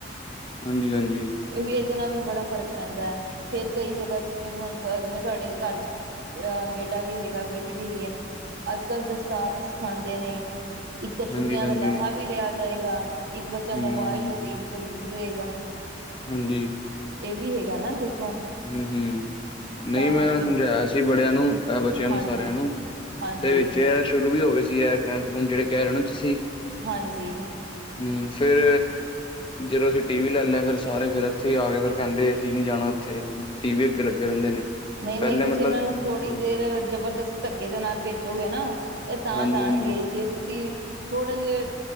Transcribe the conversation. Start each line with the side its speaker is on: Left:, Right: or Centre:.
Left: ਹਾਂਜੀ-ਹਾਂਜੀ।
Right: ਵੀ ਏਦੇ ਨਾਲ ਵੀ ਬੜਾ ਫ਼ਰਕ ਪੈਂਦਾ ਐ, ਫੇਰ ਕਈ ਜਗਾ ਤੇ ਜਿਵੇਂ ਹੁਣ ਜਿਵੇਂ ਤੁਆਡੇ ਕਾਰ ਅ ਬੇਟਾ ਵੀ ਹੈਗਾ, ਬੇਟੀ ਵੀ ਹੈਗੀ ਆ। ਅੱਜ-ਕੱਲ ਦਸਤਾਰ ਵੀ ਸਖਾਉਦੇ ਨੇ। ਇਕ ਤਾਂ ਛੁੱਟੀਆਂ
Left: ਹਾਂਜੀ-ਹਾਂਜੀ,
Right: ਦਾ ਲਾਹਾ ਵੀ ਲਿਆ ਜਾਏਗਾ, ‌ਇੱਕ ਬੱਚਾ
Left: ਹੂੰ,
Right: ਮੋਬਾਇਲ ਟੀਵੀ ਤੋਂ ਦੂਰ ਰਹੇਗਾ।
Left: ਹਾਂਜੀ।
Right: ਏਹ ਵੀ ਹੈਗਾ ਨਾ, ਦੇਖੋ।
Left: ਹੂੰ-ਹੂੰ ਨਈ,
Right: ਤਾਂ
Left: ਮੈਂ
Right: ਕਰਕੇ
Left: ਸਮਝਾਇਆ ਸੀ ਬੜਿਆਂ ਨੂੰ ਬੱਚਿਆਂ
Right: ਹਾਂਜੀ
Left: ਨੂੰ ਸਾਰੇਆਂ ਨੂੰ
Right: ਹਾਂਜੀ
Left: ਤੇ ਵਿੱਚ ਸ਼ੁਰੂ ਵੀ ਹੋ ਗਏ ਸੀ। ਏਹ ਕੈਂਪ ਕੂਪ ਜਿਹੜੇ ਕੇਹ ਰਹੇ ਓ ਨਾ ਤੁਸੀਂ।
Right: ਹਾਂਜੀ।
Left: ਹੂੰ ਫੇਰ ਜਦੋਂ ਅਸੀਂ ਟੀ ਵੀ ਲੈ ਲਿਆ ਫਿਰ ਸਾਰੇ ਫੇਰ ਏਥੇ ਹੀ ਆ ਗਏ ਫਿਰ। ਕੇਦੇ ਅਸੀਂ ਨੀ ਜਾਣਾ ਓਥੇ, ਟੀ ਵੀ ਅੱਗੇ ਲੱਗੇ ਰੇਨਦੇ ਨੇ।
Right: ਨਈ-ਨਈ,
Left: ਪਹਿਲੇ
Right: ਤੁਸੀਂ
Left: ਮਤਲਬ
Right: ਏਨਾ ਨੂੰ ਥੋੜ੍ਹੀ
Left: ਹਮ
Right: ਦੇਰ ਜਬਰਦਸਤ ਧੱਕੇ ਦੇ ਨਾਲ ਭੇਜੋਗੇ ਨਾ। ਏਹ ਤਾਂ
Left: ਹਾਂਜੀ
Right: ਜਾਣਗੇ,
Left: ਹਾਂਜੀ
Right: ਜੇ ਤੁਸੀਂ ਥੋੜੇ ਜੇ